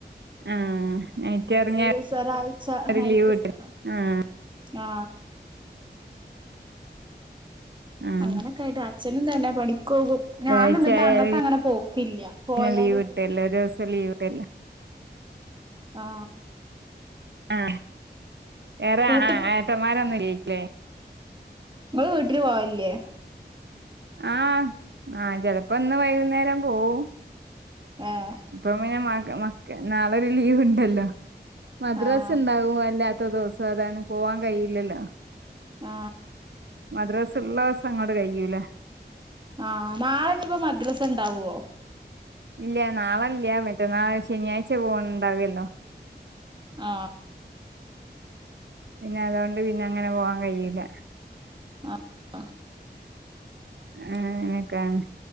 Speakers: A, on the right (about 80°); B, on the right (about 25°).
A: ആഹ് നൈറ്റ് ഇറങ്ങിയ
B: ഏഴു ദിവസം ഒരാഴ്ച്ച
A: ഒരു
B: നൈറ്റ്
A: ലീവ്
B: എടുക്കണം
A: കിട്ടും ആഹ്
B: ആ
A: ആഹ്
B: അങ്ങനെൊക്കൊയിയിട്ട് അച്ഛനും തന്നെ പണി ഞാന
A: ഒരാഴ്ച
B: ഇങ്ങിട്ട്
A: ആയാല്
B: അങ്ങട്ട് അങ്ങനെ പോക്കില്ല പോയാലും
A: പിന്നെ ലീവ് കിട്ടുവല്ലോ ഒരു ദിവസം ലീവ് തരൂല
B: ആ
A: ആ വേറെ
B: വീട്ട്
A: ആ ഏട്ടന്മാരൊന്നും ഇല്ലേ
B: നിങ്ങള് വീട്ടില് പോവില്ലേ
A: ആഹ് ആചിലപ്പോ ഒന്ന് വൈകുന്നേരം പോവും
B: ഏഹ്
A: ഇപ്പ പിന്നെ മക മക്ക നാളെൊരു ലീവ് ഉണ്ടല്ലോ മദ്രാസ
B: ആഹ്
A: ഉണ്ടാവുമ അല്ല പത്ത ദിവസം അതാണ് പോവാൻ കഴിയില്ലല്ലോ
B: ആ
A: മദ്രാസ ഉള്ള ദിവസം അങ്ങോട്ട് കഴൂലേ
B: ആഹനാളെഞ്ഞപ്പോ മദ്രസ ഉണ്ടാവുവോ
A: ഇല്ല നാളല്ല മറ്റന്നാൾ ശനിയാഴ്ച പോണ്ടാവല്ലോ
B: ആ
A: പിന്നെ അതൊണ്ട് പിന്ന അങ്ങനെ പോവാൻ കഴിയില്ല
B: ആഹ്
A: ആ അനെക്കാണ്